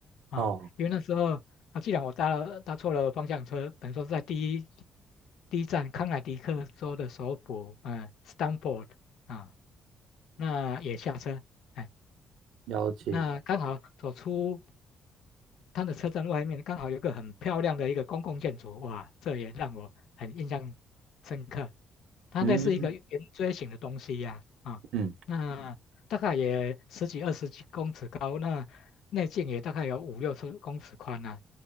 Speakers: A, on the left; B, on the right.
A: 啊、
B: 哦，
A: 因为那时候啊，既然我搭了搭错了方向车，等于说是在第一第一站康乃狄克州的首府，嗯、s t a n f o r d 啊，那也下车，哎，
B: 了解，
A: 那刚好走出。它的车站外面刚好有一个很漂亮的一个公共建筑，哇，这也让我很印象深刻。它那是一个圆锥形的东西呀、
B: 嗯
A: 啊，
B: 嗯
A: 那大概也十几二十几公尺高，那内径也大概有五六十公尺宽啊。